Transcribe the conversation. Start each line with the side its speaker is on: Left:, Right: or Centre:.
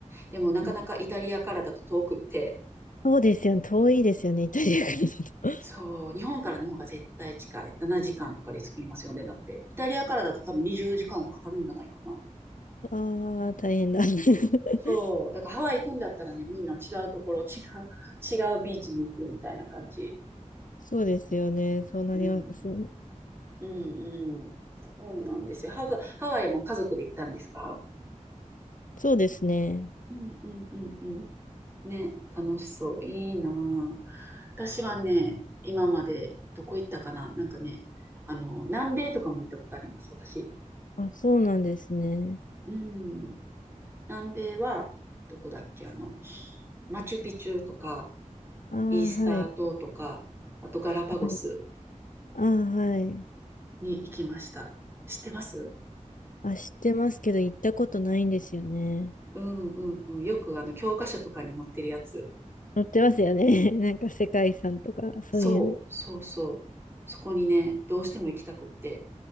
Right: でもなかなかイタリアからだと遠くって、
Left: あそうですよね。遠いですよね。イタリアからだと。
Right: そう、日本からの方が絶対近い。7時間とかで着きますよね、だって。イタリアからだと多分20時間はかかるんじゃないかな。
Left: ああ、大変だ。<laughs>
Right: そう、だからハワイ行くんだったらね、みんな違うところ、<laughs> 違う、違うビーチに行くみたいな感じ。
Left: そうですよね。そうなりますよね。
Right: うん、うん、うん。そうなんですよ。ハワイ、ハワイも家族で行ったんですか
Left: そうですね。
Right: うん、うん、うん、うん。ね、楽しそう。いいなあ私はね、今までどこ行ったかななんかね、あの、南米とかも行ったことあります、私。
Left: あ、そうなんですね。
Right: うん。南米は、どこだっけあの、マチュピチュとか、
Left: ああ、
Right: イースター島とか、
Left: はい。
Right: あとガラパゴス。
Left: はい。ああ、はい。
Right: に行きました。知ってます
Left: あ、知ってますけど、行ったことないんですよね。
Right: うんうんうん。よくあの教科書とかに載ってるやつ。
Left: 載ってますよね。<laughs> なんか世界遺産とか、そういう。
Right: そうそうそう。そこにね、どうしても行きたくって。